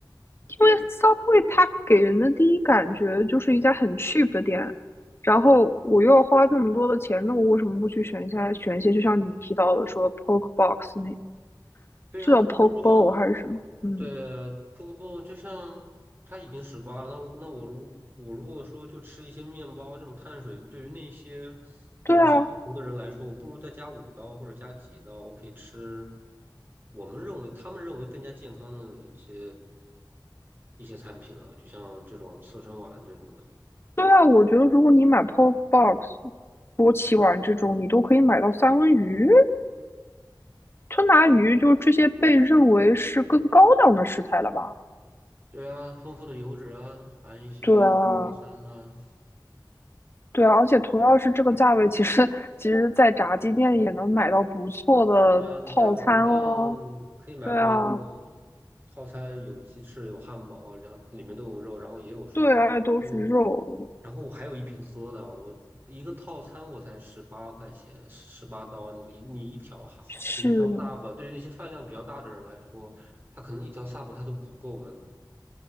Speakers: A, on the left; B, on the right.
A: 因为 Subway 它给人的第一感觉就是一家很 cheap 的店，然后我又要花这么多的钱，那我为什么不去选一下选一些就像你提到的说 Poke Box 那，
B: 对啊，
A: 是叫
B: 如果说
A: Poke Bowl 还是什么？嗯，
B: 对啊，不不不，就像他已经十八了，那我那我如我如果说就吃一些面包这种碳水，对于那些有一些中毒的人来说，
A: 对啊，
B: 我不如再加五刀或者加几刀，我可以吃我们认为他们认为更加健康的一些一些餐品了，就像这种刺身丸这种的。
A: 对啊，我觉得如果你买 Pop Box、波奇丸这种，你都可以买到三文鱼、吞拿鱼，就是这些被认为是更高档的食材了吧？
B: 对啊，丰富的油脂啊，含一些
A: 对啊，
B: o m e G A 三呐。
A: 对啊，而且同样是这个价位，其实其实，在炸鸡店也能买到不错的套餐哦。
B: 对啊，你在我们店可以买到一个一套餐，
A: 对啊，
B: 有鸡翅，有汉堡，然后里面都有肉，然后也有蔬菜。
A: 对啊，都是肉，
B: 我，然后我还有一瓶喝的，我一个套餐我才十八块钱，十十八刀。你一你一条哈，
A: 是，
B: 你一条 sub，对于那些饭量比较大的人来说，他可能一条 sub 他都不够的，